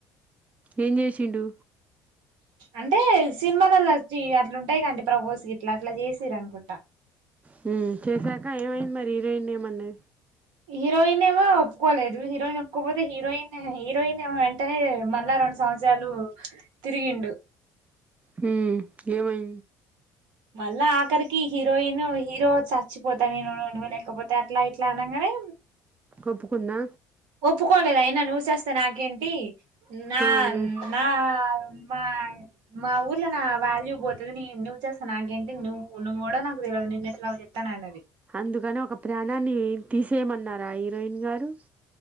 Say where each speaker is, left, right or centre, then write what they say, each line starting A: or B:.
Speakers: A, on the right; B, on the right.
A: ఏం చేసిండు
B: అంటే సినిమాలలో వచ్చి అట్లుంటాయి గాండి ప్రవోస్ అట్లా ఇట్లా చేసీరు అనుకుంటా
A: హ్మ్ చేశాక ఏమైంది మరి హీరోయిన్ ఏమంది
B: హీరోయిన్ ఏమో ఒప్పుకోలేదు హీరోయిన్ ఒప్పుకోపోత్ హీరోయిన్ హీరోయిన్ వెంటనే మళ్ళా రెండు సంవత్సరాలు తిరిగిండు
A: హ్మ్ ఏమై
B: మళ్ళా ఆఖరికి హీరోయిను హీరో చచ్చిపోతా నేను నువు లేకపోతే అట్లా ఇట్లా అనంగానే
A: ఒప్పుకుందా
B: ఒప్పుకోలేదు అయినా నువ్వు చస్తే నాకేం టి నా
A: ఆ, నువ్వు
B: నా మా మా ఊర్లో నా వాల్యూ పోతది నీ నువ్వు చస్తే నాకేంటి నువ్వు నువ్వు కూడా నాకు తెల్వదు నిన్ను ఎట్లా చేత్తాను అన్నది
A: అందుకని ఒక ప్రాణాన్ని తీసేయమన్నారా హీరోయిన్ గారు